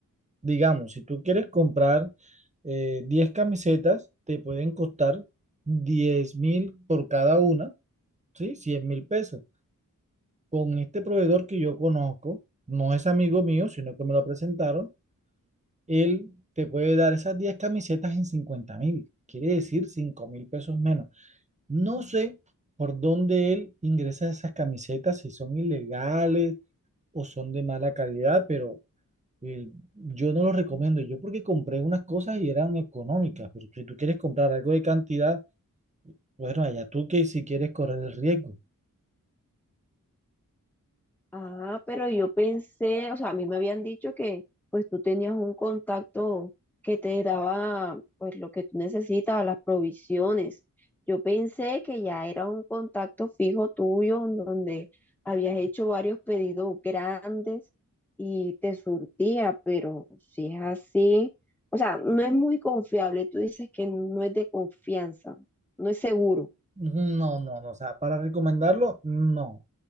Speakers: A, on the right; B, in the centre.
A: digamos, si tú quieres comprar eh, 10 camisetas, te pueden costar diez mil por cada una, ¿sí? cien mil pesos. con este proveedor que yo conozco, no es amigo mío, sino que me lo presentaron, él te puede dar esas 10 camisetas en cincuenta mil, quiere decir cinco mil pesos menos. No sé por dónde él ingresa esas camisetas, si son ilegales o son de mala calidad, pero eh, yo no lo recomiendo. Yo porque compré unas cosas y eran económicas, pero si tú quieres comprar algo de cantidad, bueno, allá tú que si quieres correr el riesgo.
B: Ah, pero yo pensé, o sea, a mí me habían dicho que pues tú tenías un contacto que te daba pues lo que tú necesitabas, las provisiones. Yo pensé que ya era un contacto fijo tuyo en donde habías hecho varios pedidos grandes y te surtía, pero si es así, o sea, no es muy confiable. Tú dices que no es de confianza, no es seguro.
A: No, no, no, o sea, para recomendarlo, no.